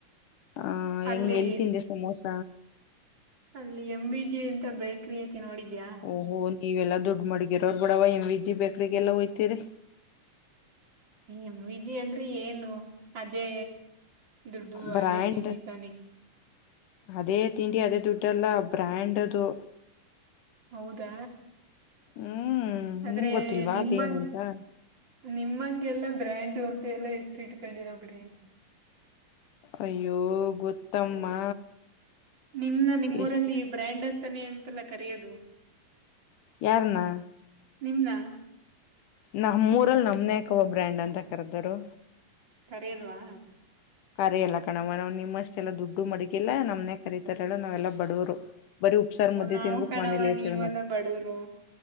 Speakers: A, on the left (about 75°); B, on the right (about 35°).
A: ಆ
B: ಅಲ್ಲಿ
A: ಹೆಂಗ ಎಲ್ ತಿಂದೆ ಸಮೋಸ.
B: ಅಲ್ಲಿ ಎಂ ವಿ ಜಿ ಎಂತ ಬೇಕ್ರಿ ಐತೆ ನೋಡಿದ್ಯಾ.
A: ಓಹೋ ನೀವೆಲ್ಲಾ ದುಡ್ಡು ಮಡಗಿರೊರು ಅವರು ಬಡವ್ವ ಎಮ್ ವಿ ಜಿ ಬೇಕ್ರಿಗೆಲ್ಲ ಹೋಯ್ತಿರಿ.
B: ಎಮ್ ವಿ ಜಿ ಅಂದ್ರೆ ಏನು ಅದೇ. ದುಡ್ಡು
A: ಬ್ರ್ಯಾಂಡ್
B: ಅದೇ ತಿಂಡಿತಾನೆ.
A: ಅದೇ ತಿಂಡಿ ಅದೇ ದುಡ್ಡಲ್ಲ ಬ್ರ್ಯಾಂಡ್ ಅದು.
B: ಹೌದಾ
A: ಹ್ಮ್
B: ಆದ್ರೆ
A: ನಿಂಗ್ ಗೊತ್ತಿಲ್ವಾ
B: ನಿಮ್ಮಂಗ
A: ಅದೇನಂತ
B: ನಿಮ್ಮಂಗೆಲ್ಲಾ ಬ್ರ್ಯಾಂಡು. ಮತ್ತ ಎಲ್ಲ ಎಷ್ಟ ಇಟ್ಕೊಂಡಿರಗ್ರಿ.
A: ಅಯ್ಯೋ ಗೊತ್ತಮ್ಮ.
B: ನಿಮ್ನ ನಿಮ್ಮೂರಲ್ಲಿ
A: ಎಷ್ಟು
B: ಈ ಬ್ರ್ಯಾಂಡ್ ಅಂತಾನೇ ಅಂತೆಲ್ಲ ಕರೆಯೋದು.
A: ಯಾರನ್ನ.
B: ನಿಮ್ನ
A: ನಮ್ಮ ಊರಲ್ಲಿ ನಮ್ನೆಕವ್ವ ಬ್ರ್ಯಾಂಡು ಅಂತ ಕರ್ದರು.
B: ಕರೇಲ್ವಾ
A: ಕರಿಯಲ್ಲ ಕಣವ್ವ ನಾವ್ ನಿಮ್ಮಷ್ಟು ಎಲ್ಲ ದುಡ್ಡು ಮಡಗಿಲ್ಲ ನಮ್ನೆ ಕರೀತಾರೆ ಹೆಳು ನಾವೆಲ್ಲಾ ಬಡವರು. ಬರೆ ಉಪಚಸಾರು ಮುಧ್ದೆ
B: ನಾವು
A: ತೀನ್ಬುಟ್
B: ಕಣವ
A: ಮನೇಲ್ ಇರ್ತವ
B: ನೀವೆಲ್ಲ
A: ನಾವು.
B: ಬಡವರು